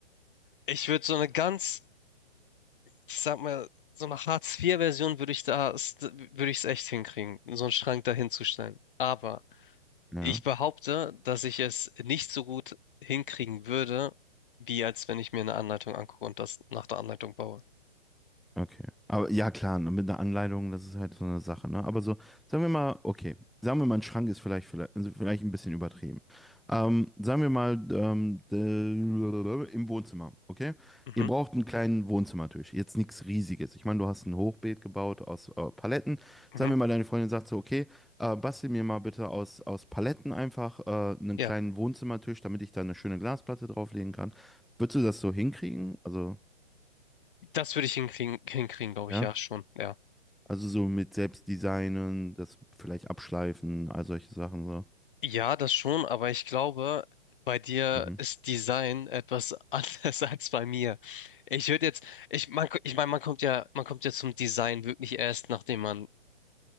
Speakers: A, on the left (about 50°); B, in the centre.
A: Ich würde so eine ganz, ich sag mal, so eine hartz vier version würde ich da, würde ich es echt hinkriegen, so einen Schrank da hinzustellen. Aber
B: ja.
A: ich behaupte, dass ich es nicht so gut hinkriegen würde, wie als wenn ich mir eine Anleitung angucke und das nach der Anleitung baue.
B: Okay. Aber ja, klar, ne, mit einer Anleitung, das ist halt so eine Sache, ne? Aber so, sagen wir mal, okay, sagen wir mal, ein Schrank ist vielleicht, vielleicht, also vielleicht ein bisschen übertrieben. Ähm, sagen wir mal, ähm, d- im Wohnzimmer, okay?
A: Mhm,
B: Ihr braucht einen kleinen Wohnzimmertisch, jetzt nichts Riesiges. Ich meine, du hast ein Hochbeet gebaut aus äh, Paletten.
A: mhm.
B: Sagen wir mal, deine Freundin sagt so, okay, äh, bastel mir mal bitte aus, aus Paletten einfach äh, einen
A: Ja,
B: kleinen Wohnzimmertisch, damit ich da eine schöne Glasplatte drauflegen kann. Würdest du das so hinkriegen? Also,
A: das würde ich hinkriegen, hinkriegen, glaube
B: ja?
A: ich, ja, schon, ja.
B: Also so mit Selbstdesignen, das vielleicht abschleifen, all solche Sachen so.
A: Ja, das schon, aber ich glaube, bei dir
B: Mhm.
A: ist Design etwas <laughs> anders als bei mir. Ich würde jetzt, ich, man, ich meine, man kommt ja, man kommt ja zum Design wirklich erst, nachdem man